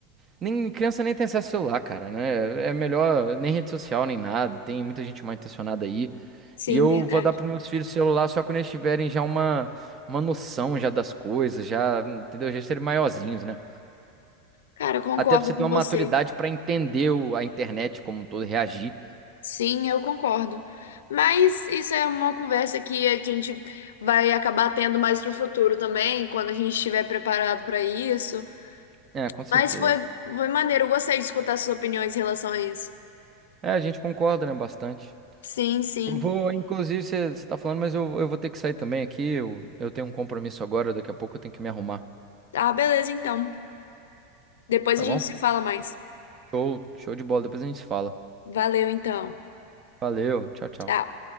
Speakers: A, on the right (about 30°); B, on the left (about 80°).
A: Nem, criança nem tem acesso ao celular, cara, né? É melhor nem rede social, nem nada. Tem muita gente mal intencionada aí.
B: Sim,
A: E eu
B: verdade.
A: vou dar pros meus filhos celular só quando eles tiverem já uma, uma noção já das coisas, já, entendeu? Já serem maiorzinhos, né?
B: Cara, eu concordo
A: Até pra você
B: com
A: ter uma
B: você.
A: maturidade pra entender o- a internet como um todo, e reagir.
B: Sim, eu concordo. Mas isso é uma conversa que a gente vai acabar tendo mais pro futuro também, quando a gente estiver preparado para isso.
A: É, com certeza.
B: Mas foi, foi maneiro, eu gostei de escutar suas opiniões em relação a isso.
A: É, a gente concorda, né, bastante.
B: Sim, sim.
A: Eu vou, inclusive, você você tá falando, mas eu, eu vou ter que sair também aqui. Eu, eu tenho um compromisso agora, daqui a pouco eu tenho que me arrumar,
B: Ah, beleza, então. Depois
A: tá
B: a gente
A: bom?
B: se fala mais.
A: Show, show de bola, depois a gente se fala.
B: Valeu, então.
A: Valeu, tchau, tchau.
B: Tchau.